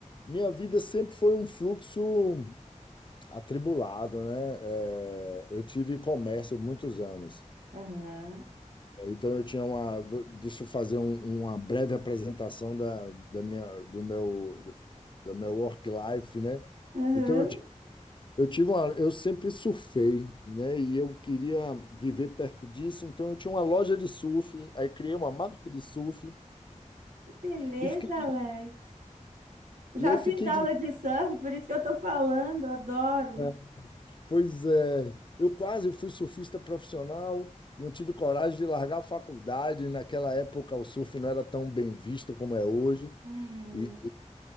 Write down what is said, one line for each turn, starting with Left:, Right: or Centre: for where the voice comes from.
Left: minha vida sempre foi um fluxo atribulado, né? É, eu tive comércio muitos anos.
Right: aham,
Left: Então eu tinha uma. vou- Deixa eu fazer um- uma breve apresentação da, da minha, do meu, do meu work life, né?
Right: aham.
Left: Então eu, ti- eu tive uma, eu sempre surfei, né? E eu queria viver perto disso, então eu tinha uma loja de surf, aí criei uma marca de surf
Right: Que beleza,
Left: e fiquei,
Right: Alex. Já
Left: e aí fiquei
Right: fiz aula
Left: de,
Right: de surf, por isso que eu estou falando, adoro.
Left: né? Pois é, eu quase fui surfista profissional. Não tive coragem de largar a faculdade. Naquela época, o surf não era tão bem visto como é hoje.
Right: Uhum.
Left: E,